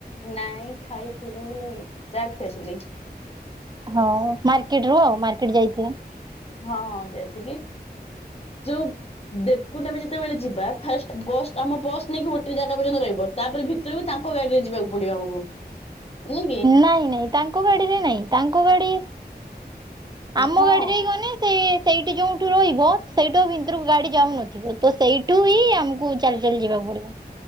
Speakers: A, on the left (about 35°); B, on the right (about 25°).
A: ନାଇଁ ଖାଇଥିଲି ଚାଟ୍ ଖାଇଥିଲି।
B: ହଁ ମାର୍କେଟ୍ ର ଆଉ ମାର୍କେଟ୍ ଯାଇଥିବେ।
A: ହଁ ଯାଇଥିଲି ଯୋଉ ଦେଵ୍କୁଣ୍ଡ ଆମେ ଯେତେବେଳେ ଯିବା ଫାଷ୍ଟ ବସ୍ ଆମ ବସ୍ ନେଇକି ଗୋଟେ ଜାଗା ପର୍ଯ୍ୟନ୍ତ ରହିବ। ତାପରେ ଭିତରକୁ ତାଙ୍କ ଗାଡ଼ି ରେ ଯିବାକୁ ପଡ଼ିବ ଆମକୁ। ନାଇଁ କି
B: ନାଇଁ ନାଇଁ ତାଙ୍କ ଗାଡ଼ିରେ ନାଇଁ ତାଙ୍କ ଗାଡ଼ି ଆମ
A: ହଁ।
B: ଗାଡ଼ି ହିଁ ଗନେ ସେ ସେଇଠି ଯୋଉଠୁ ରହିବ ସେଇଠୁଁ ଆଉ ଭିତରକୁ ଗାଡ଼ି ଯାଉନଥିବ। ତ ସେଇଠୁ ହିଁ ଆମକୁ ଚାଲି ଚାଲି ଯିବାକୁ ପଡ଼ିବ।